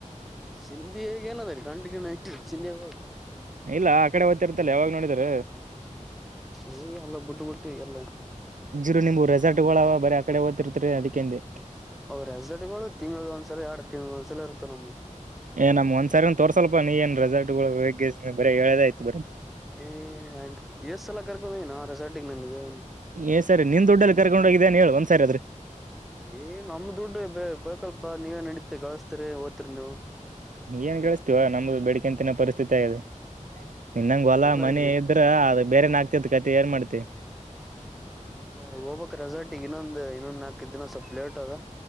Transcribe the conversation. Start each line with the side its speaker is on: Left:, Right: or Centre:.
Centre: ಸಿಂಧಿಯಾಗ ಏನದ ಗಂಡ ಗನ ಇಟ್ಟ ಸಿಧಿಯಾಗ ಹೋಗ
Right: ಇಲ್ಲ ಆ ಕಡೆ ಓ್ತಿರ್ತಲ್ಲ ಯಾವಾಗ ನೋಡಿದಾರ
Centre: ಏ ಎಲ್ಲ ಬುಡ್ಟ್ಟ ಬುಟ್ಟಿ ಅಲ್ಲ
Right: ರು ನಿಮ್ ರೆಸಾರಟ್ ಗಳ ಬರ ಆಡೆಓದ್ತಿರ್ತರಿ ಅದಕಂದು
Centre: ಅವ್ರ ರೆಸಲ್ಟ್ಗಳು ತಿಂಗಳಗ ಒಂದ್ಸಲ ಎರಡ್ ತಿಂಗಳಗ ಒಂದ್ಸಲ ಇರ್ತಾವ ನಮ್ಮ
Right: ಏ ನಮ್ ಒಂದ್ ಸರಿನ್ ತೋರ್ಸಲ್ಪ ನೀ ಏನ್ ರೆಲ್ ಗಳು ಬರ ಹೇಳದಯ್ತ್
Centre: ಏ ಎಸ್ ಎಲ್ಲ ಕರ್ಕದನ ರೆಸಾರ್ಟಿಿಗೆ ನನ್ಗೆ
Right: ಏ್ ಸರಿ ನಿನ್್ ದುಡ್ಡಲ್ಲಿ ಕರ್ಕೊಂಡು ಹೋಗಿದೆ ಅಏ ಹ ಹೇಳಳ್ ಒಂದ್ ಸರಿ ಆದ್ರೆ
Centre: ಏ್ ನಮ ದುಡ್ಡು ಬ ಬೇಕಲ್ಪ ನೀವೇ ನಡೀತಿೀರಿ ಕಳಸ್ತರಿ ಓದ್ತಿರಿ ನೀವು
Right: ಏನ್ ಕೇಿಸಸ್ತಿೀವ ನಮ್ದು ಬೆಳಿಕಂತಿನ ಪರಿಸ್ಥಿತಿ ದೆ ನಿನ್ನಂಗ
Centre: ಅಲ್ಲೆಲ್ಲಾ
Right: ಹೊಲಾ ಮನೆ
Centre: ಈಗ
Right: ಇದ್ರ ಅದ ಬೇರೆನ ಆಗ್ತದ ಕತೆ ಏನ್ ಮಾಡ್ತೆ
Centre: ಇ ಹೋಗಬಕ್ ರೆಸಾರ್ಟಿಗ್ ಇನ್ನೊಂದ್ ಇನ್ನೊಂದ್ ನಾಲ್ಕು ಇದ ದಿನ ಸ್ವಲ್ಪ ಲೇಟ್ ಅದ